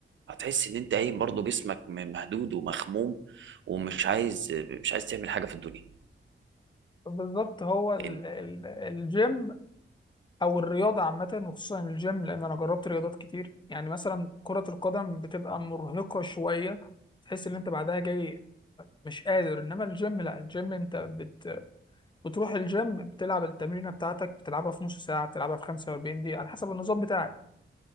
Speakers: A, on the right; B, on the left.
A: هتحس ان انت قايم برضه جسمك م- مهدود ومخموم ومش عايز مش عايز تعمل حاجه في الدنيا
B: بالظبط هو ال-
A: لان
B: ال- الجيم او الرياضه عامه وخصوصا الجيم لان انا جربت رياضات كتير يعني مثلا كره القدم بتبقى مرهقه شويه تحس ان انت بعدها جاي مش قادر انما الجيم لا الجيم انت بت... بتروح الجيم بتلعب التمرينه بتاعتك بتلعبها في نص ساعه بتلعبها في 45 دقيقه على حسب النظام بتاعك